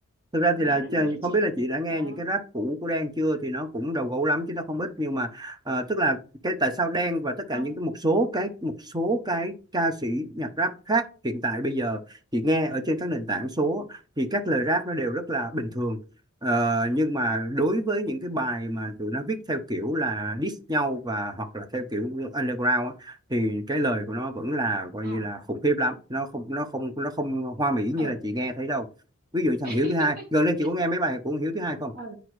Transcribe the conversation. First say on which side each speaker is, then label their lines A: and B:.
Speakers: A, on the right; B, on the right.
A: thực ra
B: Và
A: thì
B: nghe
A: là
B: rất
A: ch-
B: là dễ chịu
A: không biết là chị đã nghe
B: đó
A: những cái rap cũ của Đen chưa thì nó cũng đầu gấu lắm chứ nó không ít nhưng mà ờ, tức là cái tại sao Đen và tất cả
B: không
A: những cái một số cái một số cái ca sĩ nhạc rap khác hiện tại bây giờ chị nghe ở trên các nền tảng số thì các lời rap nó đều rất là bình thường Ờ, nhưng mà đối với những cái bài mà tụi nó viết theo kiểu là diss nhau và hoặc là theo kiểu underground á, thì cái lời của nó vẫn là coi
B: à
A: như là khủng khiếp lắm nó không nó không nó không hoa mỹ như
B: ừ
A: là chị nghe thấy đâu ví dụ như thằng
B: <laughs>
A: Hiếu thứ hai gần đây chị có nghe mấy bài của thằng Hiếu thứ hai không
B: ừ